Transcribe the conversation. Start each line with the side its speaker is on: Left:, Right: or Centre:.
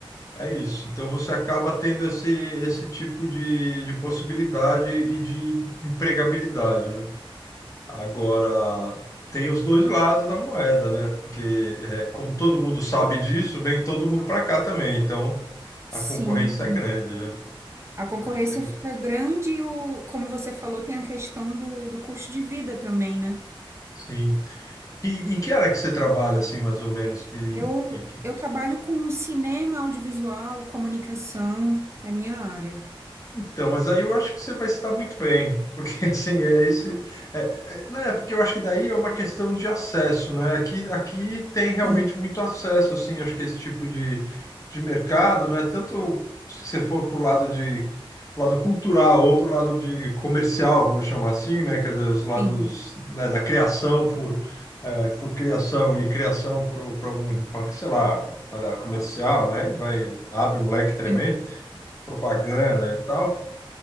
Left: É isso. Então você acaba tendo esse, esse tipo de, de possibilidade e de empregabilidade, né? Agora, tem os dois lados da moeda, né? Porque, é, como todo mundo sabe disso, vem todo mundo para cá também. Então, a
Right: Sim.
Left: concorrência é grande, né? A
Right: A concorrência
Left: concorrência é grande.
Right: fica grande e, o, como você falou, tem a questão do, do custo de vida também, né?
Left: Sim. E em que área que você trabalha, assim, mais ou menos? Que,
Right: Eu,
Left: que, que...
Right: eu trabalho com cinema, audiovisual, comunicação, é minha área.
Left: Então, mas aí eu acho que você vai se dar muito bem, porque <laughs> assim, é esse. É, é, né, porque eu acho que daí é uma questão de acesso, né? Aqui, aqui tem realmente
Right: Sim,
Left: muito acesso, assim, acho que esse tipo de, de mercado, né? Tanto se você for para o lado de lado cultural ou para o lado de comercial, vamos chamar assim, né? Quer dizer, os lados,
Right: sim,
Left: né, da criação por, é, por criação e criação por, por algum, sei lá, área comercial, né? E Vai, abre um leque tremendo,
Right: sim.
Left: propaganda e tal.